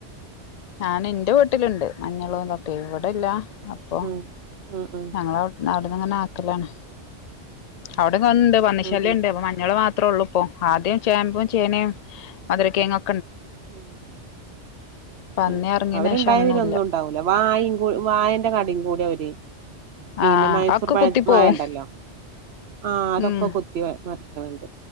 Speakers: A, on the left; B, on the right.
A: ഞാൻ ന്റെ വീട്ട്ല്ണ്ട് മഞ്ഞളും ഇതൊക്കെ ഇവിടില്ല അപ്പോ
B: ഉം ഉം ഉം
A: ഞങ്ങളവിടെ ന്നാ അവിടങ്ങനെ ആക്കലാണ് അവിടെ ഇവിടെ <unintelligible> പന്നി
B: ഉം
A: ശല്യം ഇണ്ട് അപ്പോ മഞ്ഞൾമാത് അത്രേ ഉള്ളൂ ഇപ്പൊ ആദ്യം ചേമ്പും ചേനേം മധുരകിഴങ്ങും ഒ
B: ഉം
A: പന്നി
B: ഉം
A: ഇറങ്ങിയന്
B: അവരുണ്ടായ
A: ശേഷം ഒന്നുമില്ല
B: പിന്നെ ഒന്നും ഉണ്ടാവൂല വായ കൂ വായെന്റെ കടയും കൂടെ <unintelligible> പിന്നെ
A: ആ
B: മൈസൂർ
A: ഒക്കെ
B: വാ
A: കുത്തി പോവും
B: വാഴ ണ്ടല്ലോ ആ അതൊക്കെ
A: ഉം
B: കുത്തി മ ആ ഇണ്ട്